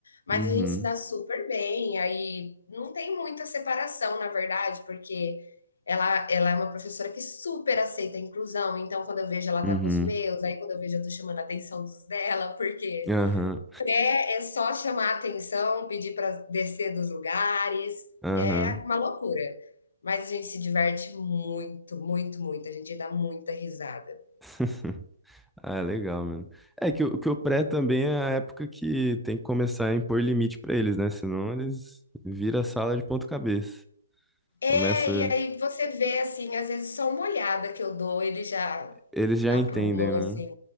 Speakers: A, on the left; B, in the centre.
A: mas
B: Uhum,
A: a gente se dá super bem, aí não tem muita separação, na verdade, porque ela, ela é uma professora que super aceita a inclusão, então quando eu vejo ela
B: uhum,
A: tá com os meus, aí quando eu vejo eu tô chamando a atenção dos dela, porque
B: aham,
A: é só chamar a atenção, pedir para descer dos lugares,
B: aham.
A: é uma loucura. Mas a gente se diverte muito, muito, muito, a gente dá muita risada.
B: <laughs> Ah, legal mesmo. É que, o- que o pré também é a época que tem que começar a impor limite pra eles, né? Senão eles viram a sala de ponta cabeça.
A: É,
B: Começa.
A: e aí você vê assim, às vezes só uma olhada que eu dou, eles já
B: Eles já
A: aprumam
B: entendem, né?
A: assim,